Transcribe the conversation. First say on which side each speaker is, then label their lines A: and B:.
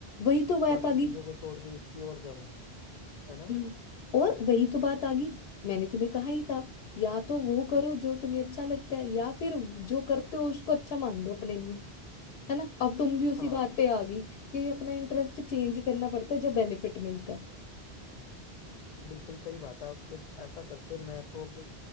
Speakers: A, on the left; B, on the left.
A: वही तो बात
B: बाकी
A: आ गई
B: चीजों को छोड़ के इसकी ओर जाऊं है ना
A: हम्म, और वही तो बात आ गई मैंने तुम्हें कहा ही था या तो वो करो जो तुम्हें अच्छा लगता है या फिर जो करते हो उसको अच्छा मान लो अपने है ना अब तुम भी उसी
B: हाँ
A: बात पे आ गई कि अपना इंटरेस्ट चेंज करना पड़ता है जब बेनिफिट मिलता है
B: बिल्कुल सही बात है अब फिर ऐसा करके मैं तो अब